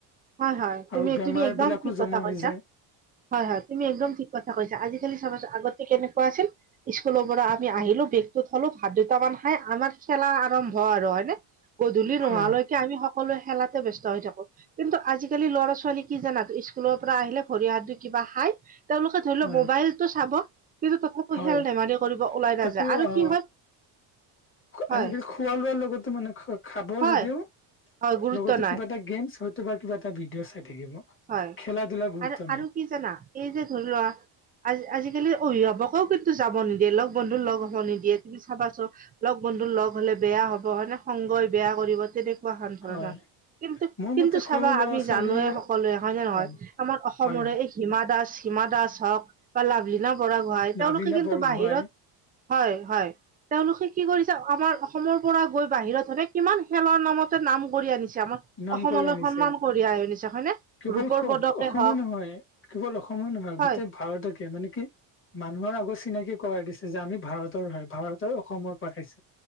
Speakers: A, on the right (about 20°); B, on the left (about 25°).
A: হয় হয়
B: আৰু
A: তুমি
B: বেমাৰ
A: তুমি একদম
B: বিলাকো
A: ঠিক কথা
B: জমা
A: কৈছা
B: হৈ যায়
A: হয় হয় তুমি একদম ঠিক। কথা কৈছা। আজিকালি চাবা ছোন আগতে কেনেকুৱা আছিল। স্কুলৰ পৰা আমি আহিলো বেগটো থলো ভাত দুটামান খাই আমাৰ খেলা আৰম্ভ আৰু হয়নে? গধূলি নোহোৱালৈকে
B: হয়
A: আমি সকলোৱে খেলাতে ব্যস্ত হৈ থাকো। কিন্তু আজিকালি ল'ৰা ছোৱালী কি জানা স্কুলৰ পৰা আহিলে ভৰি হাত ধুই কিবা খাই। তেওঁলোকে ধৰি
B: হয়
A: লও মোবাইলটো চাব। কিন্তু তথাপিও
B: হয়
A: খেল ধেমালি কৰিব ওলাই
B: তাকো
A: নাযায় আৰু
B: আহ
A: কি হয়
B: আজিকালি
A: হয়।
B: খোৱা লোৱাৰ লগত মানে খা খাব
A: হয়
B: যদিও
A: হয় গুৰুত্ব
B: লগতে
A: নাই
B: কিবা এটা গেম। তোমাৰ কিবা এটা ভিডিঅ' চাই থাকিব।
A: হয়
B: খেলা ধূলা গুৰুত্ব
A: আৰু
B: নাই
A: আৰু। কি জানা এই যে ধৰি লোৱা আজি আজিকালি অভিভাৱকও। ত যাব নিদিয়ে লগ বন্ধু লগ হ'ব নিদিয়ে তুমি চাবা চ। লগ বন্ধু লগ হ'লে বেয়া হ'ব হয়নে সংগই বেয়া কৰিব তেনেকা। ধৰে
B: হয়
A: না, কিন্তু
B: মোৰ মতে
A: কিন্তু চাবা
B: সৰু ল'ৰা
A: আমি
B: ছোৱালী
A: জানোৱে হয় নে নহয়?
B: হয়
A: আমাৰ অসমৰে
B: হয় হয়
A: এই হিমা দাস হিমা দাস হওক বা লাভলীনা বৰা গোঁহাই তেওঁলোকে
B: লাভিনা
A: কিন্তু
B: বৰগোহাঁই
A: বাহিৰত, হয় হয়। তেওঁলোকে কি কৰিছে আমাৰ অসমৰ পৰা গৈ বাহিৰত হেনে কিমান খেলৰ নামতে নাম কৰি আনিছে। আমাৰ
B: নাম
A: অসমলৈ
B: কৰি আনিছে
A: সন্মান কঢ়িয়াই আনিছে হয়নে?
B: কেৱল
A: ৰূপৰ পদকে
B: অসমে
A: হওক
B: নহয় কেৱল অসমে নহয়
A: হয়
B: গোটেই ভাৰতকে, মানে কি? মানুহৰ আগত চিনাকি কৰাই দিছে যে আমি ভাৰতৰ হয়। ভাৰত তইও অসমৰ পা খাইছ।